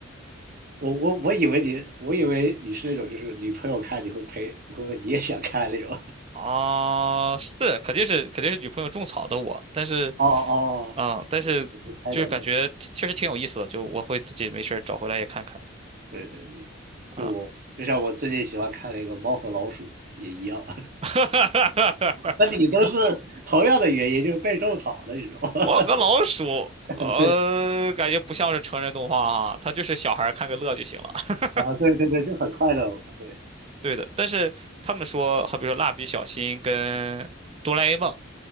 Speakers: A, on the right (about 45°); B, on the right (about 30°).
A: 我我我以为你，我以为你是那种就是女朋友看你会陪，你会你也想看那种。
B: 啊，是，肯定是肯定是女朋友种草的我，但是，
A: <laughs> 哦哦，
B: 啊、但是就是感觉确实挺有意思的，
A: 我我能猜到的，
B: 就我会自己没事儿找回来也看看
A: 对对对，就我就像我最近喜欢看那个《猫和老鼠》也一样。
B: 啊。<laughs>
A: 那你都是同样的原因，
B: 猫
A: 就是被种草的你知道吗？
B: 猫和老鼠，
A: <laughs>
B: 呃，
A: 对
B: 感觉不像是成人动画哈，它就是小孩儿看个乐就行了。<laughs>
A: 啊，对对对，就很快乐嘛，对
B: 对的，但是他们说，好比说蜡笔小新跟哆啦 A 梦，